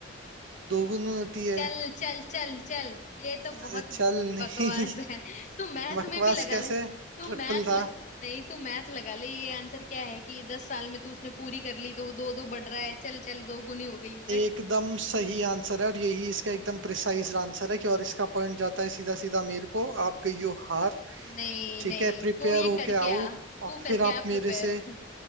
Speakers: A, on the right; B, on the left.
A: दोगुनी होती है
B: चल चल चल चल ये तो
A: अरे
B: बहुत
A: चल नहीं
B: बकवास
A: <laughs>
B: है तू मैथ
A: बकवास
B: में भी लगा
A: कैसे
B: ले तू
A: ट्रिपल
B: मैथ
A: था
B: ल... नहीं तू मैथ लगा ले ये आंसर क्या है कि दस साल में तू उसने पूरी कर ली तो वो दो दो बढ़ रहा है चल चल दो गुनी हो गई
A: एकदम
B: हट
A: सही आंसर है और यही इसका एकदम प्रिसाइज आंसर है कि और इसका पॉइंट जाता है सीधा सीधा मेरे को आप गई हो हार
B: नहीं
A: ठीक
B: नहीं
A: है प्रिपेयर
B: तू ये
A: होके
B: करके
A: आओ
B: आ
A: और
B: तू
A: फिर
B: करके
A: आप
B: आ
A: मेरे
B: प्रिपेयर
A: से
B: <laughs>